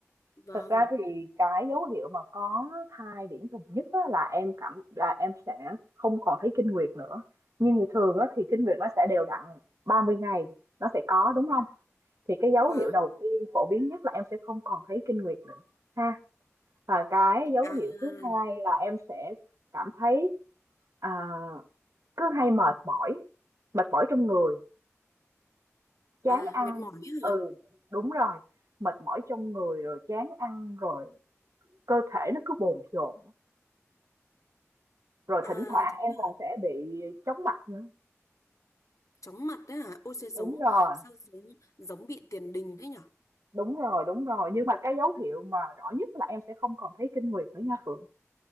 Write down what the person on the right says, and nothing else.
Thật ra thì cái dấu hiệu mà có thai điển hình nhất á, là em cảm là em sẽ không còn thấy kinh nguyệt nữa. Nhưng thường á, thì kinh nguyệt nó sẽ đều đặn ba mươi ngày nó sẽ có đúng không? Thì cái dấu
hiệu đầu tiên phổ biến nhất là em sẽ không còn thấy kinh nguyệt nữa ha. Và cái dấu
hiệu thứ hai là em sẽ cảm thấy à, cứ hay mệt mỏi mệt mỏi trong người chán
ăn
ừ
đúng rồi mệt mỏi trong người rồi chán ăn rồi cơ thể nó cứ bồn chồn rồi
thỉnh thoảng
em
còn sẽ bị chóng mặt nữa
đúng rồi
đúng rồi đúng rồi nhưng mà cái dấu hiệu mà rõ nhất là em sẽ không còn thấy kinh nguyệt nữa nha Phượng